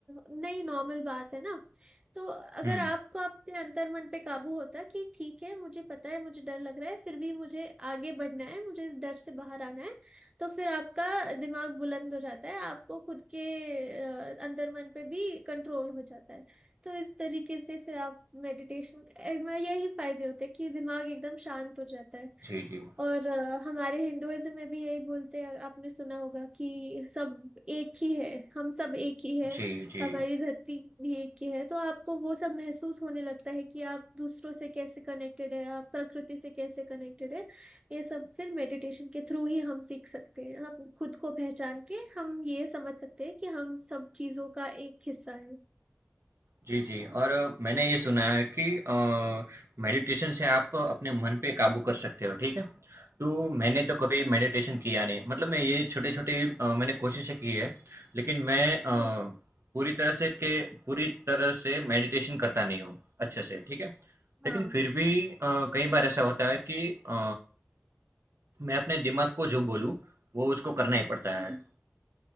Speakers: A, on the right; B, on the right.
A: नई नॉर्मल बात है ना तो अगर
B: हुँ।
A: आपको आपके अंतर मन पे काबू होता कि ठीक है मुझे पता है मुझे डर लग रहा है फिर भी मुझे आगे बढ़ना है मुझे इस डर से बाहर आना है तो फिर आपका दिमाग बुलंद हो जाता है आपको खुद के अ, अंतर मन पे भी कंट्रोल हो जाता है तो इस तरीके से फिर आप मेडिटेशन में यही फायदे होते हैं कि दिमाग एकदम शांत हो जाता है
B: जी, जी।
A: और अ, हमारे हिंदुइज्म में भी यही बोलते हैं आपने सुना होगा कि सब एक ही है हम सब एक ही है
B: जी, जी।
A: हमारी धरती भी एक ही है तो आपको वो सब महसूस होने लगता है कि आप दूसरों से कैसे कनेक्टेड है आप प्रकृति से कैसे कनेक्टेड है ये सब फिर मेडिटेशन के थ्रू ही हम सीख सकते हैं हम खुद को पहचान के हम ये समझ सकते हैं कि हम सब चीजों का एक हिस्सा है
B: जी, जी और मैंने ये सुना है कि अ, मेडिटेशन से आप अपने मन पे काबू कर सकते हो, ठीक है? तो मैंने तो कभी मेडिटेशन किया नहीं। मतलब मैं ये छोटी-छोटी अ, मैंने कोशिशें की है, लेकिन मैं अ,
A: हम्म
B: पूरी तरह से के पूरी तरह से मेडिटेशन करता नहीं हूँ अच्छे से, ठीक है?
A: हाँ
B: लेकिन फिर भी अ, कई बार ऐसा होता है कि अ, मैं अपने दिमाग को जो बोलूँ, वो उसको करना ही पड़ता है।
A: हम्म,